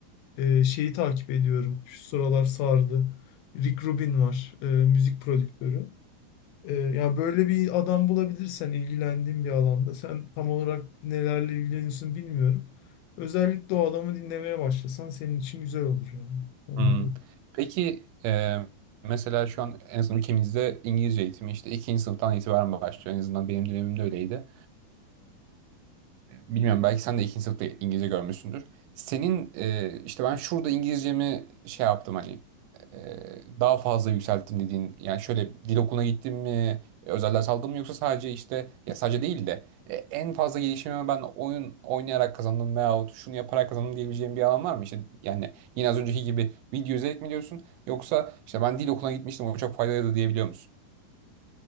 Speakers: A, on the left; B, on the right.
A: Ee, şeyi takip ediyorum. Şu sıralar sardı. Rick Rubin var. e, müzik prodüktörü. Ee, yani böyle bir adam bulabilirsen ilgilendiğin bir alanda. Sen tam olarak nelerle ilgileniyorsun bilmiyorum. Özellikle o adamı dinlemeye başlasan senin için güzel olur yani. Onu
B: Hmm.
A: da-
B: Peki e, mesela şu an en azından ülkemizde İngilizce eğitimi işte ikinci sınıftan itibaren başlıyor. En azından benim dönemimde öyleydi. Bilmiyorum belki sen de ikinci sınıfta İngilizce görmüşsündür. Senin e, işte ben şurada İngilizcemi şey yaptım hani e, daha fazla yükselttim dediğin yani şöyle dil okuluna gittim mi özel ders aldım mı yoksa sadece işte ya sadece değil de e, en fazla gelişimimi ben oyun oynayarak kazandım veyahut şunu yaparak kazandım diyebileceğim bir alan var mı? İşte yani yine az önceki gibi video izleyerek mi diyorsun yoksa işte ben dil okuluna gitmiştim o çok faydalıydı diyebiliyor musun?